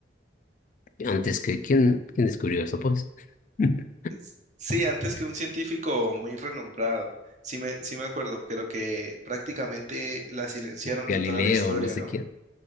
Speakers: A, on the left; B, on the right.
A: antes que, ¿quién, quién descubrió eso, pues? <laughs>
B: Es- Sí, antes que un científico muy renombrado. Sí me, sí me acuerdo, creo que prácticamente la silenciaron
A: Galileo,
B: de toda la historia,
A: no sé
B: ¿no?
A: quién.